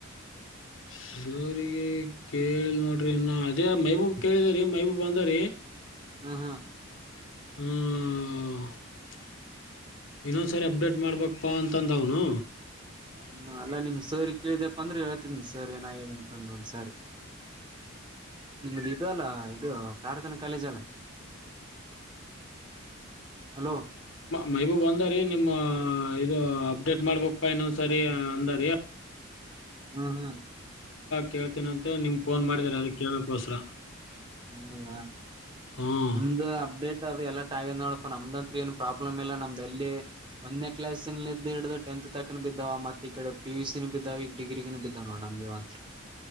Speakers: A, on the left; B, on the right.
A: ಸ ಗೆ ಕೇಳಿ ನೋಡ್ರಿ ಇನ್ನು ಅದೇ ಮೈಬೂಬ್ ಕೇಳಿದಾರೀ ಮೈಬೂಬ್ ಅಂದಾರೀ
B: ಹಾ ಹಾ
A: ಹ್ಮ ಇನ್ನೊಂದ್ಸರಿ ಅಪ್ಡೇಟ್ ಮಾಡ್ಬಕ್ಪಾ ಅಂತಂದ್ದ ಅವ್ನು.
B: ಹ್ಮ ಅಲ್ಲಾ ನಿಮ್ ಸರಿ ಕೇಳಿದ್ಯಪ್ಪ ಅಂದ್ರೆ ಹೇಳ್ತನಿ ಸರಿ ಏನಾಗಿದೆ ಅಂತಂದ ಒಂದ್ ಸರಿ. ನಿಮ್ದ ಇದು ಅಲ್ಲ ಇದು ಪ್ರಾರ್ಥನಾ ಕಾಲೇಜ್ ಅಲ್ಲ. ಹಲೋ
A: ಮಹಬೂಬ್ ಅಂದ ರೀ ನಿಮ್ಮ ಇದು ಅಪ್ಡೇಟ್ ಮಾಡ್ಬೇಕಪ್ಪಾ ಇನ್ನೊಂದ್ ಸರಿ ಅಂದಾರಿ.
B: ಹ್ಮ ಹಾ
A: ಕೇಳ್ತೀನ ಅಂತ ನಿಮ್ ಫೋನ್ ಮಾಡಾರೆ ಅದಕ್ಕೆ ಕೇಳೋಕ್ಕೋಸ್ರ.
B: ಹೌದಾ
A: ಹ್ಮ್
B: ಒಂದು ಅಪ್ಡೇಟ್ ಅದು ಎಲ್ಲ ಹಾಗ ನೋಡಪ್ಪ ನಮ್ದಂತ್ ಏ ಪ್ರಾಬ್ಲಮ ಇ ನಮ್ದೆಲ್ಲಿ ಒಂದನೇ ಕ್ಲಾಸಿಂದ ಹಿಡಿದು ಟೆಂತ್ ತಕನ ವ ಮತ್ತತ್ ಈ ಕಡೆ ಪಿ ಯುಸ ನ ಬಿದ್ದಾವ ಈಗ ಡಿಗ್ರಿಗ ಬಿದ್ದಾವ ನೋಡ ನಮಗೆ ಮಾತ್ರ.